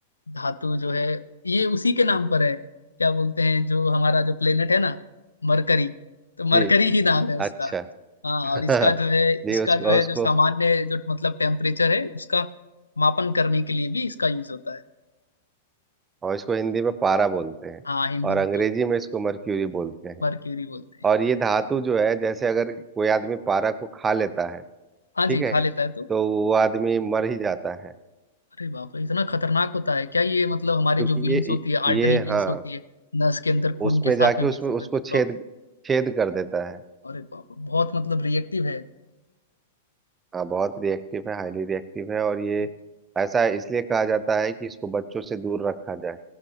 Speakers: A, on the left; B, on the right.
A: धातु जो है ये उसी के नाम पर है क्या बोलते हैं जो हमारा जो प्लेनेट है ना मरकरी तो मरकरी
B: जी
A: ही नाम है उसका
B: अच्छा
A: हाँ
B: <laughs>
A: और इसका जो है इसका
B: जी उसको
A: जो है
B: उसको
A: जो सामान्य जो मतलब टेम्परेचर है उसका मापन करने के लिए भी इसका यूज होता है
B: और इसको हिंदी में पारा बोलते हैं
A: हाँ हिंदी
B: और
A: में
B: अंग्रेजी में इसको मर्क्यूरी बोलते हैं
A: मरक्यूरी बोलते हैं एकदम
B: और ये धातु जो है जैसे अगर कोई आदमी पारा को खा लेता है
A: हाँ जी
B: ठीक है
A: खा लेता है तो
B: तो वो आदमी मर ही जाता है
A: अरे बाप रे इतना खतरनाक होता है क्या ये मतलब हमारी
B: क्योंकि
A: जो वीन्स
B: ये
A: होती है आर्टरी
B: ये
A: वीन्स
B: हाँ
A: होती है नस के अंदर खून
B: उसमें
A: के साथ
B: जाके
A: में
B: उसमें
A: मिक्स होकर
B: उसको
A: के ब्लॉक
B: छेद छेद कर देता है
A: अरे बाप रे, बहुत मतलब रिएक्टिव है
B: हाँ बहुत रिएक्टिव है हाईली रिएक्टिव है और ये
A: ठीक है
B: ऐसा इसलिए कहा जाता है कि इसको बच्चों से दूर रखा जाए